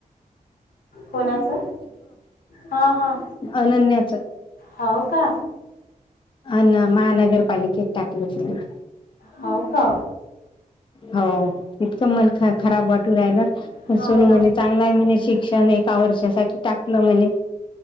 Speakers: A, on the left; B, on the left.
A: कोणाच? हा हा.
B: अनन्याचं.
A: हो का.
B: अना महानगरपालिकेत टाकलं तिला.
A: हो का.
B: हो तितकं मल ख खराब वाटू राहिला.
A: हो
B: नू
A: ना
B: म्हणे चांगला आहे म्हणे शिक्षण एका वर्षासाठी टाकलं म्हणे.